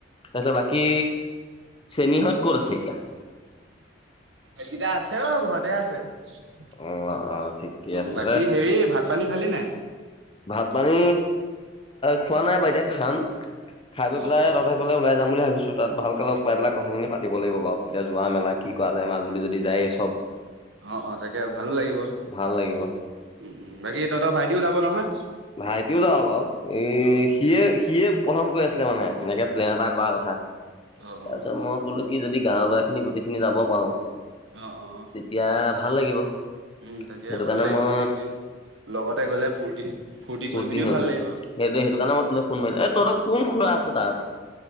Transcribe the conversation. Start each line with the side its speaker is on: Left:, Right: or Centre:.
Left: তাৰপিছত বাকী চেনীহঁত ক'ত আছে এতিয়া?
Right: সেইকেইটা আছে বাৰু ঘৰতে আছে। উম,
Left: অ অ ঠিকে আছে
Right: বাকী
Left: দে
Right: হেৰি ভাত পানী খালি নাই?
Left: ভাত পানী খোৱা নাই বাৰু এতিয়া খাম, খাই পৈ
Right: অ',
Left: পেলাই
Right: অ'।
Left: তাতে বুলে ওলাই যাম বুলি ভাবিছো তাত ভালকৈ লগ পাই পেলাই কথাখিনি পাতিব লাগিব বাৰু এতিয়া যোৱা মেলা কি কৰা যায় মাজুলী যদি যায়েই চব। <inaudible>
Right: অ অ তাকে ভালো লাগিব,
Left: ভাল লাগিব
Right: উম উম বাকী তহঁতৰ ভাইটিও যাব নহয়?
Left: ভাইটিও যাব বাৰু, ই
Right: অঁ অঁ
Left: সিয়ে সিয়ে প্ৰথম কৈ আছিলে মানে এনেকে প্লেন এটা কৰাৰ কথা তাৰ
Right: অঁ অঁ
Left: পিছত মই ক'লো কি যদি গাৱৰ লৰাখিনি গোটেইখিনি যাব পাৰো
Right: অ অ।
Left: তেতিয়া ভাল লাগিব।
Right: উম তাকে
Left: সেইটো
Right: ভালো
Left: কাৰণে
Right: লাগিব
Left: মই
Right: গোটেইখিনি লগতে গলে ফূৰ্তি ফূৰ্তি কৰি
Left: ফুৰ্তি
Right: পিনিও
Left: হয়
Right: ভাল
Left: সেইটোৱে
Right: লাগিব
Left: সেইটো কাৰণে মই তোলে ফোন মাৰিলো এ তহঁতৰ কোন খুৰা আছে তাত?